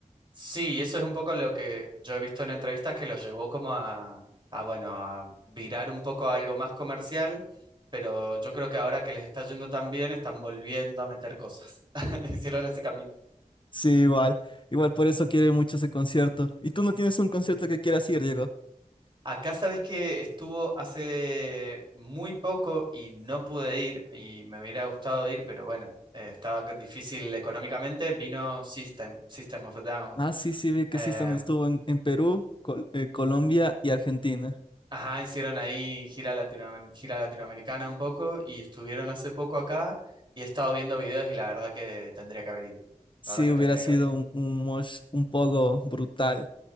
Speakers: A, on the right; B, on the left.
A: Sí, eso es un poco lo que yo he visto en entrevistas que los llevó como a, a, bueno, a virar un poco a algo más comercial, pero yo creo que ahora que les está yendo tan bien, están volviendo a meter cosas. <laughs> Hicieron ese camino.
B: Sí, igual. Igual por eso quiere mucho ese concierto. ¿Y tú no tienes un concierto que quieras ir, Diego?
A: Acá sabes que estuvo hace muy poco y no pude ir y me hubiera gustado ir, pero bueno, eh, estaba difícil económicamente. Vino System, System of a Down.
B: Ah, sí, sí, vi que
A: Eh,
B: sí están, estuvo en, en Perú, Col- eh, Colombia y Argentina.
A: Ajá, hicieron ahí gira latinoam- gira latinoamericana un poco y estuvieron hace poco acá y he estado viendo videos y la verdad que tendría que haber ido.
B: Sí,
A: La verdad que
B: hubiera
A: tendría
B: sido
A: que haber ido.
B: un, un mosh un poco brutal.